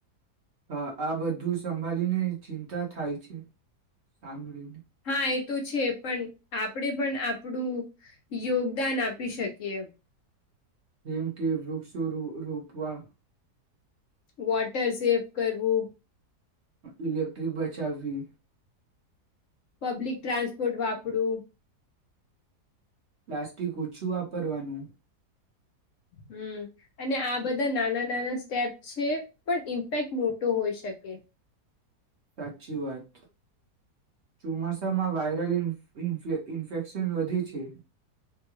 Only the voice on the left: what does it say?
હા એ તો છે પણ આપણેે પણ આપણું યોગદાન આપી શકીએ.
વોટર સેવ કરવું.
પબ્લિક ટ્રાન્સપોર્ટ વાપરું.
હમ અને આ બધા નાના નાના સ્ટેપ છે પણ ઇમ્પેક્ટ મોટો હોઈ શકે.